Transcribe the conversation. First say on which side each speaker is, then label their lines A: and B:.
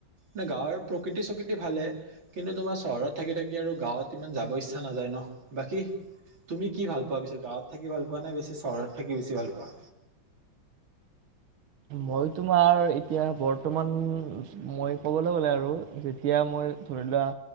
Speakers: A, on the right; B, on the right.
A: নে গাঁৱৰ প্ৰকৃতি চকৃতি ভালে কিন্তু তোমাৰ চহৰত। থাকি থাকি আৰু গাঁৱত ইমান যাব ইচ্ছা নাযায় ন বাকী। তুমি কি ভাল পোৱা পিছে গাঁৱত থাকি ভাল পোৱা নে বেছি থাকি বেছি ভাল পোৱা।
B: মই তোমাৰ এতিয়া বৰ্তমান মই ক'বলে গ'লে আৰু যে তিয়া মই ধৰি লোৱা।